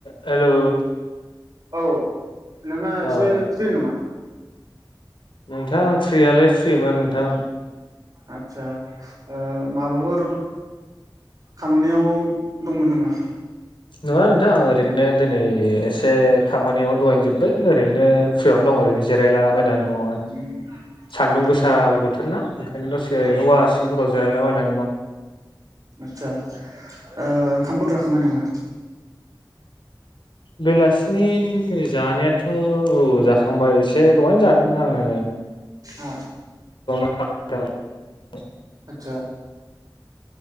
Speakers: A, on the left; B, on the right.
A: Hello
B: औ नोंहा
A: अ
B: एसे फ्रि नामा?
A: नोंथां फ्रियालाय फ्रिमोन नोंथां।
B: आदसा ओ माबाफोर खामानियाव दंमोन नामा?
A: नोंङा नोंथां ओरैनो दिनै एसे खामानियाबो दहायनोजोब्बाय ओरैनो फ्रियावनो दं ओरैनो जि जिरायला
B: ओ
A: बयनानै दंङ।
B: उम
A: सान्दुं
B: आदसा
A: गोसाबो बोथोर ना ओंखायनो दसे ओरैनो
B: औ
A: औवा सिंफोराव जिरायलाबायनानै दं।
B: आदसा ओ ओंखामफोर‌ जाखांबाय नामा?
A: बेलासिनि जानायाथ' औ जाखांबाय एसे दहायनो जादों आंङो
B: ओ
A: <unintelligible>
B: आदसा